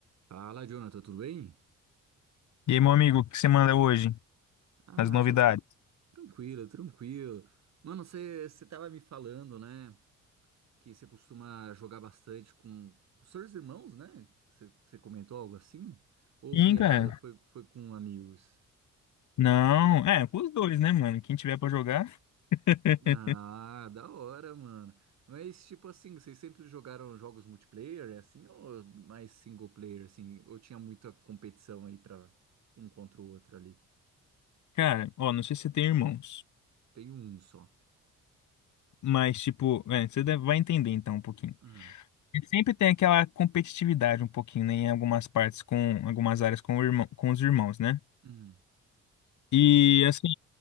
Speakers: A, on the right; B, on the left.
A: Fala, Jonathan, tudo bem?
B: E aí, meu amigo, o que você manda hoje?
A: Ah,
B: As novidades?
A: sou tranquilo, tranquilo. Mano, você você tava me falando, né, que você costuma jogar bastante com, com seus irmãos, né? Você você comentou algo assim? Ou ouvi
B: Sim,
A: errado,
B: cara.
A: foi, foi com amigos?
B: Não, é, pros dois, né, mano? Quem tiver pra jogar. <laughs>
A: Ah, da hora, mano. Mas, tipo assim, vocês sempre jogaram jogos multiplayer, é assim, ou mais single player, assim? Ou tinha muita competição aí pra um contra o outro ali?
B: Cara, ó, não sei se você tem irmãos,
A: Tem um só.
B: mas, tipo, é, você deve- vai entender então um pouquinho.
A: Ah,
B: E Sempre tem aquela competitividade um pouquinho, né, em algumas partes com, algumas áreas com, o irmão, com os irmãos, né?
A: hum, sim,
B: E
A: sim.
B: assim,